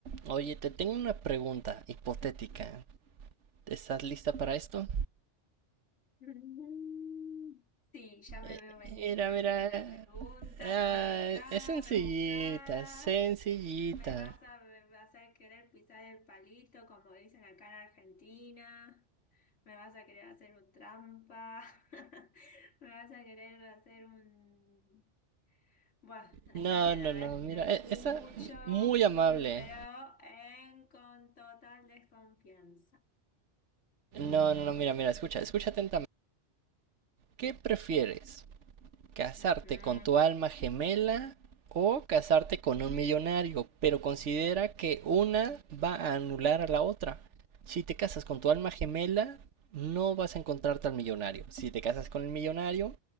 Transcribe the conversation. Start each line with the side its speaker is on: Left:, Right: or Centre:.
Right: Oye, te tengo una pregunta hipotética. ¿Estás lista para esto?
Left: Mm, Sí, ya me
Right: Eh,
Left: veo venir
Right: Mira,
Left: que de
Right: mira.
Left: ser una pregunta
Right: Ah,
Left: complicada,
Right: es sencillita,
Left: rebuscada.
Right: sencillita.
Left: Me vas a, me vas a hacer querer pisar el palito, como dicen acá en Argentina. Me vas a querer hacer un trampa. <laughs> Me vas a querer hacer un... Bueno,
Right: No,
Left: está bien,
Right: no,
Left: a
Right: no,
Left: ver,
Right: mira,
Left: te escucho,
Right: e- está muy amable.
Left: mm, pero en, con total desconfianza.
Right: No, no, no, mira, mira, escucha, escucha atentamente. ¿Qué prefieres? casarte
Left: Ujú.
Right: con tu alma gemela o casarte con un millonario, pero considera que una va a anular a la otra. Si te casas con tu alma gemela, no vas a encontrarte al millonario. Si te casas con el millonario,